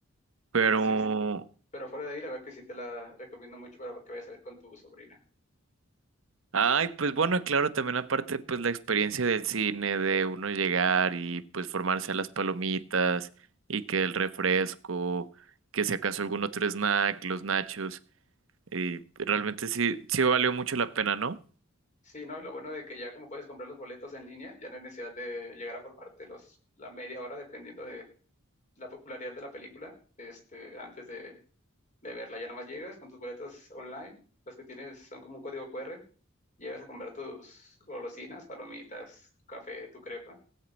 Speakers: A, on the right (about 75°); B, on the left (about 35°).
A: Pero
B: sí, sí. pe- Pero fuera de ahí, la verdad que sí te la recomiendo mucho para que vayas a ver con tu sobrina.
A: Ay, pues bueno, y claro, también aparte, pues la experiencia del cine, de uno llegar y pues formarse a las palomitas y que el refresco, que si acaso algún otro snack, los nachos, y realmente sí, sí valió mucho la pena, ¿no?
B: Sí, ¿no? Y lo bueno de que ya como puedes comprar los boletos en línea, ya no hay necesidad de llegar a formarte los, la media hora dependiendo de la popularidad de la película, este, antes de, de verla. Ya nada más llegas con tus boletos online, los que tienes son como un código QR, llegas a comprar tus golosinas, palomitas, tu café, tu crepa,